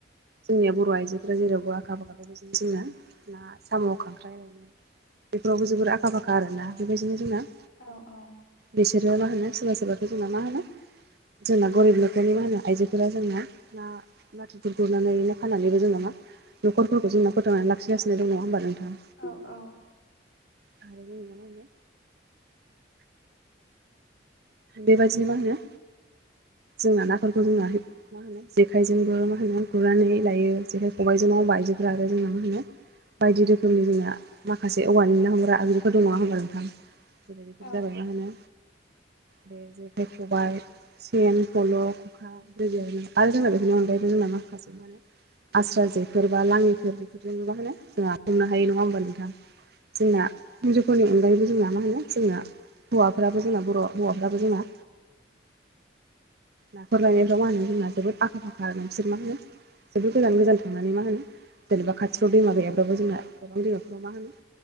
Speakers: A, on the right; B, on the left.
A: जोंनिया बर' आइजोफोरा जेरावबो आखा फाखा बेबायदिनो जोंनो ना, साम', खांख्राइ लायनाय बेफोरावबो जोबोर आखा फाखा आरोना बेबायदिनो जोंना
B: औ औ
A: बिसोरो मा होनो सोरबा सोरबाखौ जोंना मा होनो जोंना गरिब न'खरनि मा होनो आइजोफोरा जोंना ना नाथुरफोरखौ गुरनानै ना फाननानैबो जोङा मा न'खरफोरखौ जोंना फोथांना लाखिगासिनो दङ होमबा नोंथां।
B: औ औ
A: थारैनो <unintelligible> माहोनो बेबायदिनो मा होनो जोंना नाफोरखौ जोंना मा होनो जेखायजोंबो मा होनो गुरनानै लायो जेखाय खबाइजों न'आव आयजोबग्रा आरो जोंना मा होनो बायदि रोखोमनि जोंना माखासे औवानिनो हमग्रा आगजुफोर दं नङा होनोमबा नोंथां जेरै बेफोर
B: औ
A: जाबाय मा होनो बे जेखाइ खबाइ पेन फल' खखा दै आरो जोंना बेफोरनि अनगायैबो जोंना माखासे माने आस्रा जेफोर बा लाङिफोर बेफोरजोंनो मा होनो जोंहा संनो हायो नङा होमबा नोंथां जोंना <unintelligible> फोरनि अनगायैबो जोंना मा होनो जोंना हौवाफोराबो जोंना बर' हौवाफ्राबो जोंना नाखर लायनायफ्राव मा होनो जोंना जोबोद आखा फाखा बिसोर मा होनो जेबोद गोजान गोजान थांनानै मा होनो जेनेबा खाथियाव दैमा गैयाबाबो जोंना गोबां दैमाफोराव मा होनो